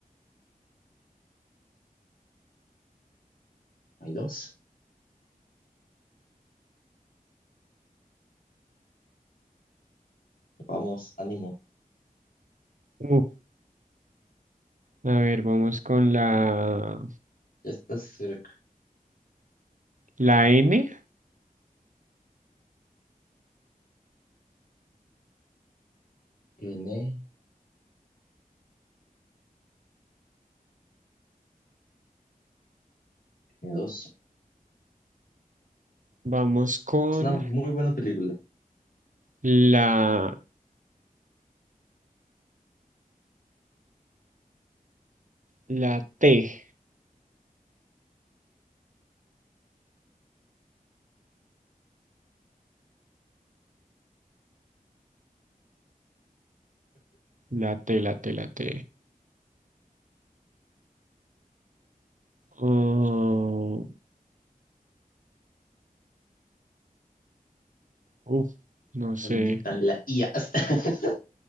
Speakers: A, on the left (about 70°); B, on the right (about 60°).
A: hay dos. Vamos, ánimo.
B: Uh, a ver, vamos con la,
A: Ya está cerca.
B: la N.
A: N, n dos.
B: Vamos con
A: Es una muy buena película.
B: La, la T, la T, la T, la T. Oh, uf, no sé.
A: Bonita la I hasta. <laughs>